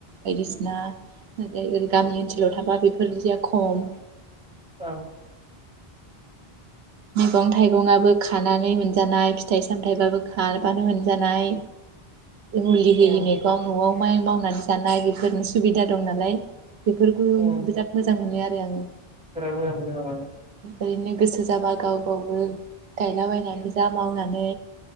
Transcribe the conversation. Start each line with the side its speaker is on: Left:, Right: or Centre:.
Right: बायदिसिना ओरै गामि ओनसोलाव थाबा बेफोरदिया खम
Centre: औ
Right: मैगं थाइगंआबो खानानै मोनजानाय फिथाइ सामथायाइबाबो खाबानो मोनजानाय। मुलि होयि
Centre: औ
Right: मैगं न'आव माइ मावनानै जानाय बेफोरनि सुबिदा दं नालाय बेफोरखौनो
Centre: औ
Right: बिराद मोजां मोनो आरो आङो
Centre: <unintelligible>
Right: ओरैनो गोसो जाबा गाव गावबो गायलाबायनानै जा मावनानै।